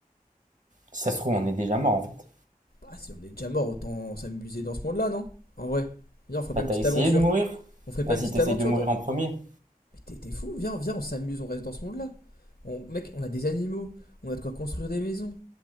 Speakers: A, on the right (about 55°); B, on the left (about 85°).
A: Si ça se trouve, on est déjà mort en fait.
B: Ah, si on est déjà mort, autant s'amuser dans ce monde-là, non En vrai. Viens, on ferait pas
A: Bah
B: une
A: t'as
B: petite
A: essayé
B: aventure.
A: de mourir?
B: On ferait pas
A: Vas-y,
B: une petite
A: t'essayes
B: aventure
A: de mourir
B: dans.
A: en premier.
B: Mais t'es- fou, viens, viens, on s'amuse, on reste dans ce monde-là. On... Mec, on a des animaux, on a de quoi construire des maisons.